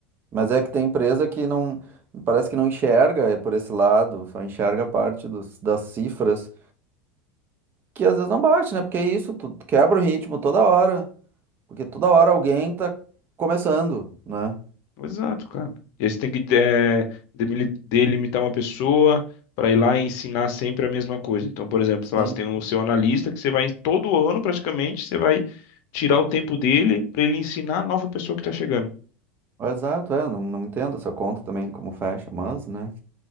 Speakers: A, on the right (about 35°); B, on the left (about 55°).
A: Mas é que tem empresa que não, parece que não enxerga é por esse lado, só enxerga a parte dos, das cifras, que às vezes não bate, né? Porque é isso, tu quebra o ritmo toda hora, porque toda hora alguém tá começando, né?
B: Exato, cara. E aí você tem que eh, demili- delimitar uma pessoa para ir lá e ensinar sempre a mesma coisa. Então, por exemplo, sei
A: Sim.
B: lá, você tem o seu analista que você vai todo ano praticamente, você vai tirar o tempo dele para ele ensinar a nova pessoa que está chegando.
A: Exato, é, não, não entendo essa conta também como fecha, mas, né,